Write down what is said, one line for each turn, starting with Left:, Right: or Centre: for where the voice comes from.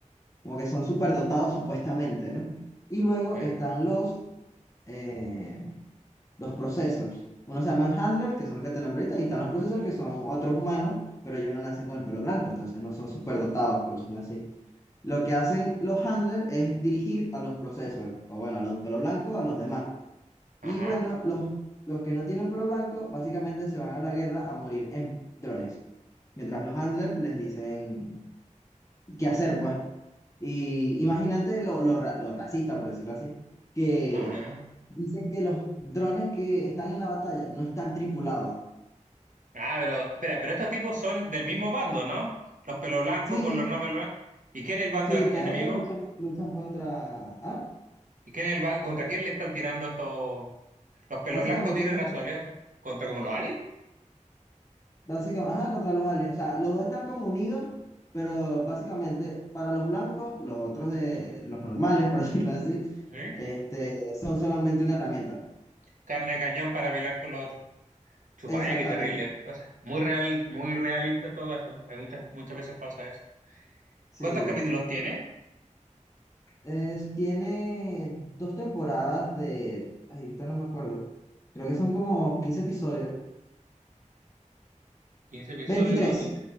Left: como que son superdotados supuestamente, ¿no? Y luego
Right: mm,
Left: están los, eh, los processors. Uno se llaman handlers, que son los que te nombré ahorita, y están los processors, que son otros humanos, pero ellos no nacen con el pelo blanco, entonces no son superdotados, por decirlo así. Lo que hacen los handlers es dirigir a los processors, o bueno, a los pelo blanco, a los demás.
Right: Ajá,
Left: Y bueno, los, los que no tienen pelo blanco, básicamente se van a la guerra a morir en drones. Mientras los handlers les dicen qué hacer, pues. Y imagínate lo, lo, ra- lo racista, por decirlo así, que
Right: ajá.
Left: dicen que los drones que están en la batalla no están tripulados.
Right: Ah, pero, espera, pero estos tipos son del mismo bando, ¿no? Los pelo blancos
Left: Sí,
Right: con los no pelo blancos. ¿Y quién es el bando
Left: sí,
Right: er-
Left: todos
Right: enemigo?
Left: ellos luchan, luchan contra... ¿Ah?
Right: ¿Y quién es el ba- contra quién le están tirando estos? Los pelo
Left: Básicamente
Right: blancos tiran
Left: son...
Right: a su aliado co- contra como los aliens,
Left: Básicamente, ajá, contra los aliens. O sea, los dos están como unidos, pero básicamente para los blancos, los otros de los normales, por <laughs> decirlo así,
Right: ¿sí?
Left: este, son solamente una herramienta.
Right: Carne de cañón para pelear con los otros. Chupalla,
Left: Exactamente.
Right: qué terrible. O sea, muy real, muy realista en todo caso. Hay muchas, muchas veces pasa eso.
Left: Sí.
Right: ¿Cuántos capítulos tiene?
Left: Es- tiene dos temporadas de... Ay, ahorita no me acuerdo. Creo que son como 15 episodios.
Right: Quince episodios?
Left: 23.